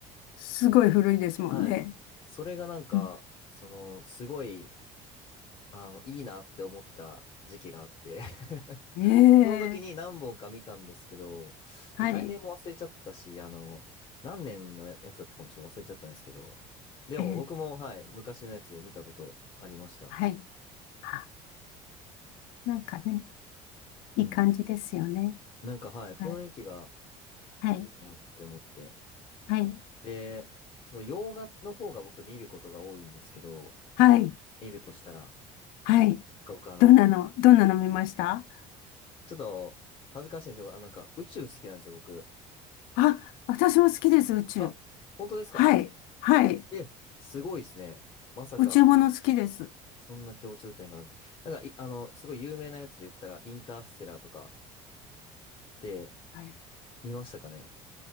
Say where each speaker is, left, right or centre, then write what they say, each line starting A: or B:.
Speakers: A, on the left; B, on the left.
A: すごい古いですもんね。
B: はい。それがなんか、
A: うん。
B: その、すごい、あの、いいなって思ってた時期があって <laughs>
A: ええ。
B: その時に何本か見たんですけど、
A: はい。
B: 題名も忘れちゃったし、あの、何年のやつだったかもちょっと忘れちゃったんですけど、でも僕も、
A: ええ。
B: はい、昔のやつ見たことありました。
A: はい。あ、なんかね、いい感じですよね。
B: うん。なんか、はい、雰囲気が
A: はい。はい。
B: いいなって思って。
A: はい。
B: で、その洋画の方が僕見ることが多いんですけど、
A: はい。
B: 見るとしたら、なん
A: はい。
B: か僕あの、
A: どんなの、どんなの見ました
B: ちょっと恥ずかしいんですけど、あ、なんか宇宙好きなんですよ、僕。
A: あ、私も好きです、宇宙。
B: あ、本当ですか
A: はい。はい。
B: え、すごいですね。まさか、
A: 宇宙もの好きです。
B: そんな共通点があると。なんか、い、あの、すごい有名なやつで言ったら、インターステラーとかって
A: はい。
B: 見ましたかね